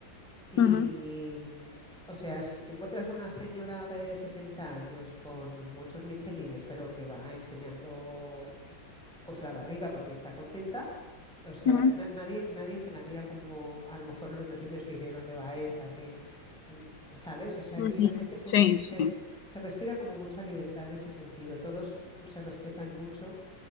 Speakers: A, in the centre; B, on the left.
A: y,
B: ujú,
A: mm, o sea, si te encuentras una señora de 60 años con muchos michelines, pero que va enseñando Pues la barriga, porque está contenta. O sea,
B: ujú,
A: na- nadie, nadie se la mira como a lo mejor en otros sitios que dices dónde va esa, que, mm, ¿sabes? O sea,
B: ujú.
A: allí la gente se,
B: Sí,
A: se,
B: sí.
A: se respira como mucha libertad en ese sentido. Todos mm, se respetan mucho